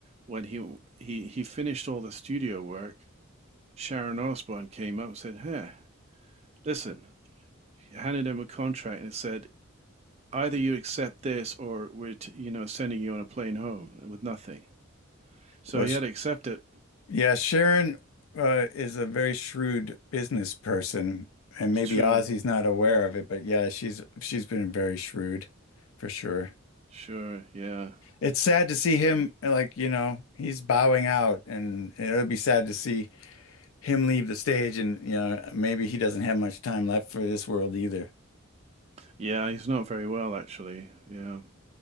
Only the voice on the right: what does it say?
when he he he finished all the studio work, Sharon Osbourne came up and said, "Hey." Listen, I handed him a contract and said, either you accept this or we're, t- you know, sending you on a plane home with nothing. So
he
had to accept it.
It's
true.
Sure. Yeah.
Yeah. He's not very well, actually. Yeah.